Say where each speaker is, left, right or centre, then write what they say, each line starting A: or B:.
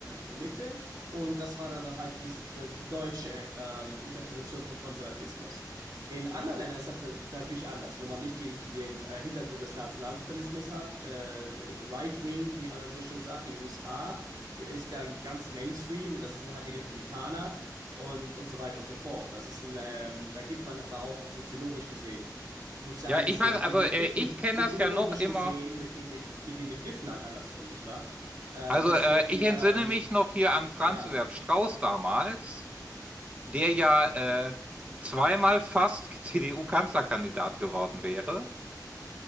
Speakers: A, on the right; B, on the right.
A: ähm, Mitte. Und das war dann halt diese, die, die deutsche ähm, Interpretation von Konservatismus. In anderen Ländern ist das natürlich anders, wo man nicht die, den äh, Hintergrund des Nationalsozialismus hat. Äh, äh, Right Wing, wie man das so schön sagt, in den USA ist da ganz Mainstream und das sind halt die Republikaner und, und so weiter und so fort. Das ist ein, ähm, da geht man aber auch soziologisch gesehen, sozial
B: Ja,
A: gesehen,
B: ich weiß,
A: mit
B: also
A: den Begriffen,
B: äh, ich kenne
A: etymologisch
B: das ja noch immer.
A: gesehen, mit den, Be mit den Begriffen halt anders um, nicht wahr? Äh,
B: Also
A: deswegen,
B: äh, ich entsinne
A: ähm,
B: mich noch hier an Franz
A: ja.
B: Josef Strauß damals, der ja äh, zweimal fast <laughs> CDU-Kanzlerkandidat geworden wäre,